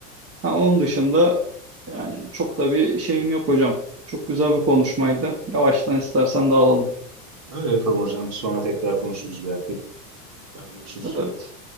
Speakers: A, on the right; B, on the right.
A: Ha, onun dışında yani çok da bir şeyim yok hocam. Çok güzel bir konuşmaydı. Yavaştan istersen dağılalım.
B: Öyle yapalım hocam. Sonra tekrar konuşuruz belki. Hadi görüşürüz.
A: Evet.